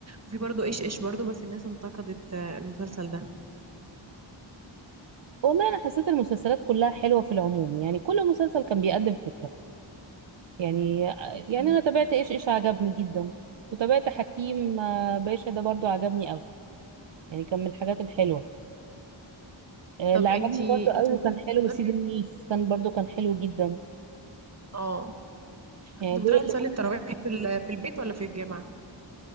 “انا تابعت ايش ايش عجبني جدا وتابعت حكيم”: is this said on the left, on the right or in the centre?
Right